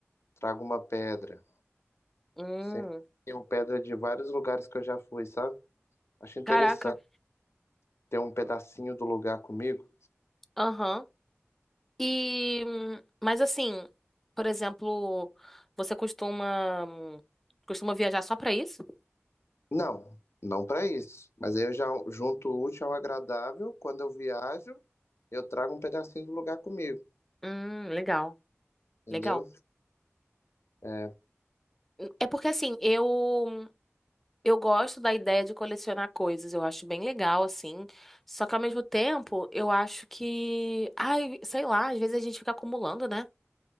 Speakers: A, on the left (about 65°); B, in the centre.
A: trago uma pedra.
B: Hum.
A: Sempre tenho pedra de vários lugares que eu já fui, sabe? Acho interessante
B: Caraca.
A: ter um pedacinho do lugar comigo.
B: Aham. E, hum, mas assim, por exemplo, você costuma hum, costuma viajar só pra isso?
A: Não, não para isso. Mas aí eu já junto o útil ao agradável. Quando eu viajo, eu trago um pedacinho do lugar comigo,
B: Hum, legal.
A: entendeu?
B: Legal.
A: É,
B: É porque assim, eu hum, eu gosto da ideia de colecionar coisas, eu acho bem legal assim. Só que ao mesmo tempo, eu acho que, ai, sei lá, às vezes a gente fica acumulando, né?